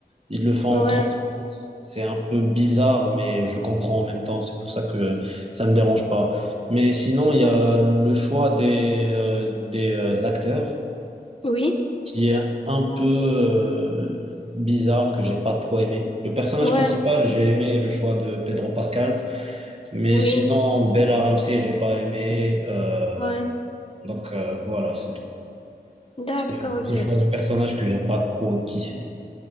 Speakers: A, on the right (about 35°); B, on the left (about 35°).
A: ils le font
B: Ouais,
A: en trente minutes. C'est un peu bizarre, mais je comprends en même temps. C'est pour ça que ça me dérange pas. Mais sinon, il y
B: ouais,
A: a le choix des, euh, des euh, acteurs
B: oui,
A: qui est un peu euh, bizarre, que j'ai pas trop aimé. Le personnage
B: ouais,
A: principal, j'ai aimé le choix de Pedro Pascal. Mais
B: oui,
A: sinon, Bella Ramsey, j'ai pas aimé. Euh,
B: ouais.
A: donc euh, voilà, c'est tout.
B: D'accord,
A: C'est
B: ok,
A: le choix
B: ok.
A: des personnages que j'ai pas trop kiffé.